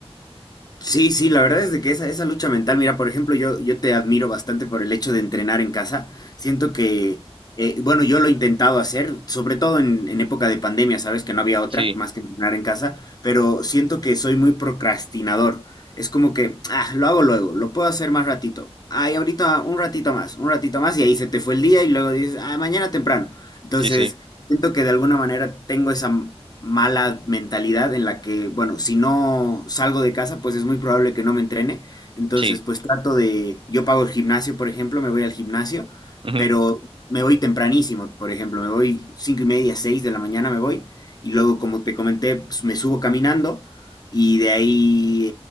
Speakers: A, on the left (about 40°); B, on the right (about 55°).
A: Sí, sí, la verdad es de que esa, esa lucha mental, mira, por ejemplo, yo, yo te admiro bastante por el hecho de entrenar en casa. Siento que, eh, bueno, yo lo he intentado hacer, sobre todo en, en época de pandemia, sabes que no había otra
B: Sí,
A: más que entrenar en casa, pero siento que soy muy procrastinador. Es como que, ah, lo hago luego, lo puedo hacer más ratito. Ay, ahorita un ratito más, un ratito más, y ahí se te fue el día y luego dices, ah, mañana temprano. Entonces,
B: sí, sí,
A: Siento que de alguna manera tengo esa m- mala mentalidad en la que, bueno, si no salgo de casa, pues es muy probable que no me entrene. Entonces,
B: sí.
A: pues trato de, yo pago el gimnasio, por ejemplo, me voy al gimnasio,
B: ujú,
A: pero me voy tempranísimo, por ejemplo, me voy cinco y media, seis de la mañana me voy, y luego, como te comenté, pues me subo caminando. Y de ahí